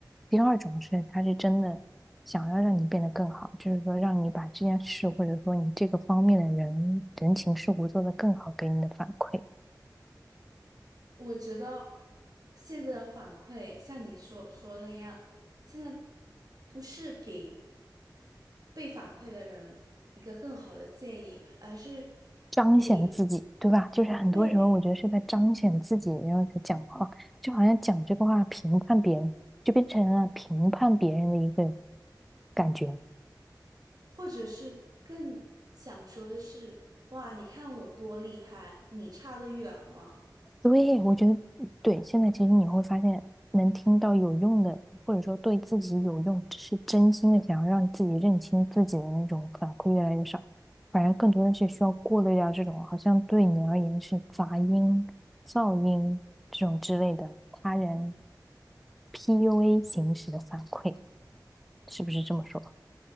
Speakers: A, in the centre; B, on the right (about 60°).
A: 第二种是，他是真的想要让你变得更好，就是说让你把这件事，或者说你这个方面的人人情世故做得更好，给你的反馈，
B: 我觉得现在的反馈像你所说的一样，现在不是给被反馈的人一个更好的建议，而是
A: 彰显自己，
B: 给
A: 对吧？就是很多时候我觉得是在彰显自己，
B: 对，
A: 然后在讲话，就好像讲这个话评判别人，就变成了评判别人的一个感觉。
B: 或者是更想说的是，哇，你看我多厉害，你差得远了。
A: 对，我觉得对。现在其实你会发现，能听到有用的，或者说对自己有用，是真心的想要让自己认清自己的那种反馈越来越少，反而更多的是需要过滤掉这种好像对你而言是杂音、噪音这种之类的他人 PUA 形式的反馈，是不是这么说？